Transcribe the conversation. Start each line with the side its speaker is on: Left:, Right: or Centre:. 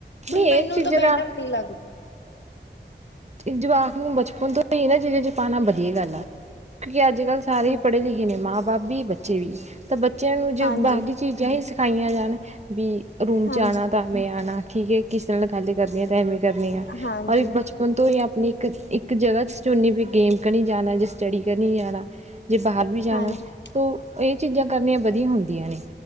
Right: ਨਹੀਂ ਇਹ
Left: ਮੈਨੂੰ
Right: ਚੀਜ਼ਾਂ
Left: ਤਾਂ ਬੈਟਰ
Right: ਦਾ
Left: ਨੀ ਲੱਗਦੇ।
Right: ਇੱਕ ਜਵਾਕ ਨੂੰ ਬਚਪਨ ਤੋਂ ਈ ਏਨਾ ਚੀਜ਼ਾਂ ਚ ਪਾਨਾ ਵਦੀਆ ਗੱਲ ਆ। ਕਿਓਂਕਿ ਅੱਜ-ਕੱਲ੍ਹ ਸਾਰੇ
Left: ਹਾਂ
Right: ਪੜੇ ਲਿਖੇ ਨੇ ਮਾਂ ਬਾਪ ਵੀ ਬੱਚੇ ਵੀ ਤੇ ਬੱਚੇਆਂ ਨੂੰ ਜੇ
Left: ਹਾਂਜੀ
Right: ਬਾਦ ਵਿੱਚ ਚੀਜ਼ਾਂ ਈ ਸਿਖਾਈਆਂ ਜਾਨ ਵੀ ਰੂਮ
Left: ਹਾਂਜੀ
Right: ਚ ਆਨਾ ਤਾ ਐਵੇਂ ਆਨਾ ਠੀਕ ਈ। ਕਿਸੇ ਨਾਲ ਗੱਲ ਕਰਨੀ ਆ ਤਾ ਐਵੇਂ ਕਰਨੀ ਆ,
Left: ਹਾਂਜੀ
Right: ਔਰ ਇੱਕ ਬਚ ਹੁਨ ਤੋ ਈ ਆਪਨੀ ਇੱਕ-ਇਕ ਜਗ੍ਹਾ ਚ ਚੁਨਨੀ ਵੀ ਗੇਮ ਕਰਨੀ ਜਾਨੈ ਜਾਂ ਸਟੱਡੀ ਕਨੀ ਜਾਨੈ। ਜੇ ਬਾਹਰ ਵੀ ਜਾਨਾ
Left: ਹਾਂਜੀ
Right: ਤਾਂ ਏਹ ਚੀਜ਼ਾਂ ਕਰਨੀਆਂ ਵਦੀਆ ਹੁੰਦੀਆਂ ਨੇ।